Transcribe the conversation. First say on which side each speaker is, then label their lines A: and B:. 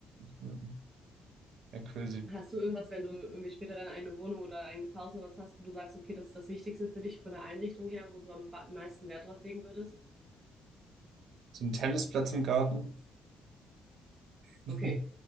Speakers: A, on the right; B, on the right.
A: ja, ja, crazy.
B: Hast du irgendwas, wenn du irgendwie später deine eigene Wohnung oder eigenes Haus oder was hast, wo du sagst, okay, das ist das Wichtigste für dich von der Einrichtung her, wo du am ba- meisten Wert drauf legen würdest?
A: So ein Tennisplatz im Garten. Ja.
B: Okay,